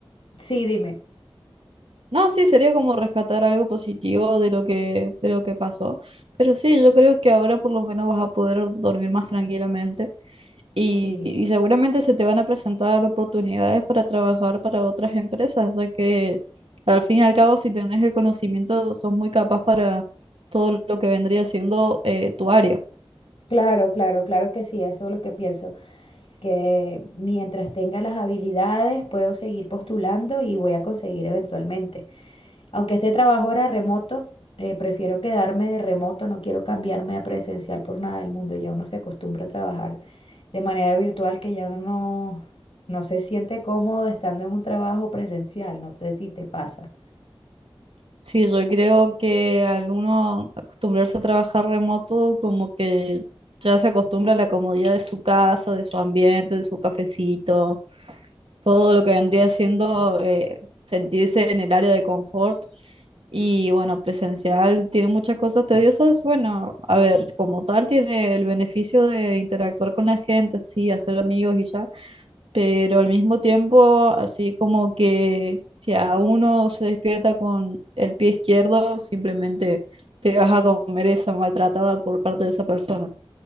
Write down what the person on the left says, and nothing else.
sí, dime.
Sí.
Claro, claro, claro que sí, eso es lo que pienso, que mientras tenga las habilidades puedo seguir postulando y voy a conseguir eventualmente. Aunque este trabajo era remoto, eh, prefiero quedarme de remoto, no quiero cambiarme a presencial por nada del mundo, ya uno se acostumbra a trabajar de manera virtual que ya uno no, no se siente cómodo estando en un trabajo presencial, no sé si te pasa.